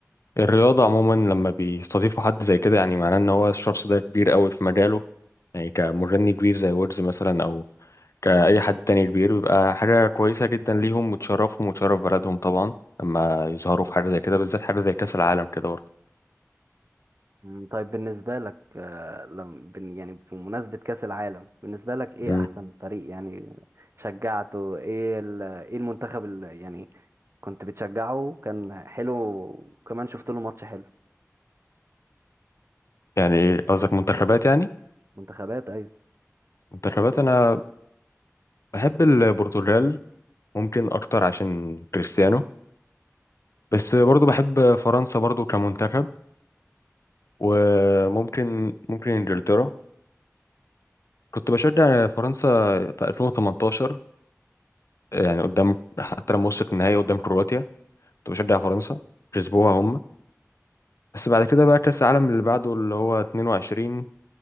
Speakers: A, on the left (about 65°); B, on the right (about 50°).
A: الرياضه عموما لما بيستضيفوا حد زي كده يعني معناه ان هو الشخص ده كبير قوي في مجاله يعني كمغني كبير زي ويجز مثلا كأي حد تاني كبير بيبقى حاجة كويسة جدا ليهم وتشرفهم وتشرف بلدهم طبعا لما يظهروا في حاجة زي كده بالذات حاجة زي كأس العالم كده برضه
B: مم، طيب بالنسبة لك آه، لم بن- يعني بمناسبة كأس العالم بالنسبة لك ايه
A: مم.
B: احسن فريق يعني شجعته ايه ال- ايه المنتخب اللي يعني كنت بتشجعه كان حلو وكمان شفت له ماتش حلو
A: يعني قصدك منتخبات يعني
B: منتخبات ايوه
A: منتخبات أنا بحب البرتغال ممكن أكتر عشان كريستيانو بس برضه بحب فرنسا برضه كمنتخب وممكن ممكن إنجلترا كنت بشجع فرنسا في 2018 يعني قدام حتى لما وصلت النهائي قدام كرواتيا كنت بشجع فرنسا كسبوها هم بس بعد كده بقى كأس العالم اللي بعده اللي هو 22